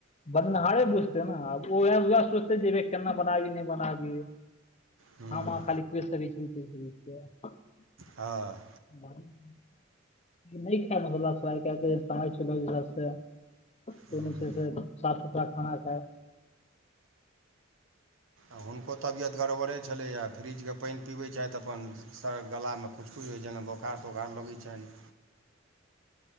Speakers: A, on the left; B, on the right.
A: बनेनहारे बुझते ने आब। ओ वैंह-वैंह सोचते जे भई केना बनाबी, नहि बनाबी
B: ह्म
A: हम अहां खाली। <unintelligible>
B: हँ
A: लेकिन नही खैब मसल्ला सब, तेहन समय चलल अय हिसाब से तहिमे
B: ह्म
A: छै से साफ सुथरा खाना खाय।
B: आ हुनको तबियत गड़बड़े छलैए, फ्रीजके पानि पीबै छथि अपन सड़ गला मे कुच-कुच होइ छनि, जेना बोखार-तोखार लगै छनि।